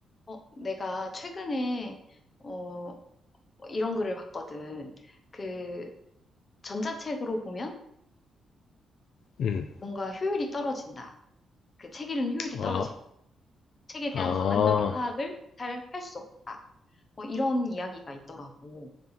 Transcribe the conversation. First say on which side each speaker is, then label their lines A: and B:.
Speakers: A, on the left; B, on the left.
A: 어, 내가 최근에, 어, 이런 글을 봤거든. 그, 전자책으로 보면
B: 음.
A: 뭔가 효율이 떨어진다. 그 책 읽는 효율이 떨어진다.
B: 아,
A: 책에 대한
B: 아,
A: 전반적인 파악을 잘 할 수 없다. 뭐 이런 이야기가 있더라고.